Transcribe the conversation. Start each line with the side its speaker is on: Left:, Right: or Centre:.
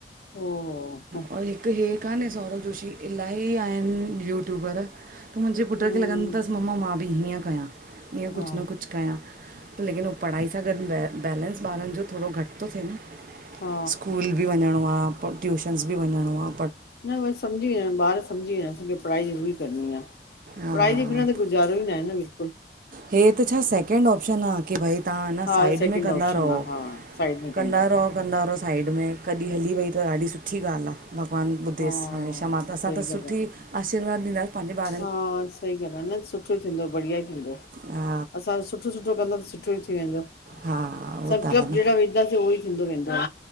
Left: ओ हो --
Right: और हिकु हे कान्हे सौरभ जोशी, इलाही आहिन यूट्यूबर मुंहिंजे पुट
Left: हम्म
Right: खे लॻंदो तस ममा मां बि हीअं कया हीअं
Left: हा
Right: कुझु न कुझु कया लेकिन हो पढ़ाई सां गॾु बै बैलेंस ॿारन जो थोरो घटि थो थिए न
Left: हा
Right: स्कूल बि वञणो आ पो ट्यूशनस बि वञणो आ
Left: न बस समझी वयम बार -- समझी वया असींखे पढ़ाई ज़रूरी करणी आ
Right: हा
Left: पढ़ाई जे बिना त गुज़ारो ई न आहे न बिलकुल
Right: हे त छा सेक -- सैकेंड ऑप्शन आ की भई तव्हां अ
Left: हा
Right: साइड
Left: सेकेंड
Right: में कंदा
Left: ऑप्शन
Right: रहो,
Left: आ हा साइड में
Right: कंदा
Left: पोइ।
Right: रहो कंदा रहो साइड में कॾहिं हली वई त ॾाढी सुठी ॻाल्ह आ भॻवान ॿुधेस
Left: हा
Right: हमेशा मां त असां
Left: सही
Right: त सुठी
Left: ॻाल्हि
Right: आशीर्वाद ॾींदासीं पंहिंजे --
Left: हा सही ॻाल्ह आ न सुठो थींदो बढ़िया थींदो
Right: हा
Left: असांजो -- सुठो सुठो कंदा सुठो ई थी वेंदो
Right: हा उहो
Left: संकलप
Right: त आहे न
Left: जहिड़ा विझंदासीं उहो ई थींदो वेंदो।